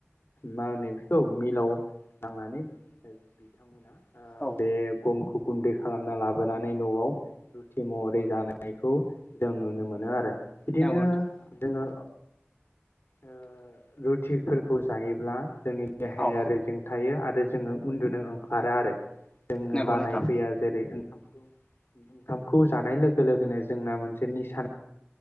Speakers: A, on the left (about 65°); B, on the left (about 20°).
A: मा होनो बेखौ मिलाव थांनानै बिथांमोनहा ओ
B: औ
A: बे गम खौ गुन्दै खालामना लाबोनानै न'आव रुथि महरै जानायखौ जों नुनो मोनो आरो बिदिनो
B: नंगौ नोंथां
A: जोङो ओ रुथिफोरखौ जायोब्ला जोंनि देहायारि
B: औ
A: जों थायो आरो जोङो उन्दुनो ओंखारा आरो जोङो
B: नंगौ
A: बानाय
B: नोंथां
A: फैया जेरै ओं ओंखामखौ जानाय लोगो लोगोनो जोंना मोनसे निसा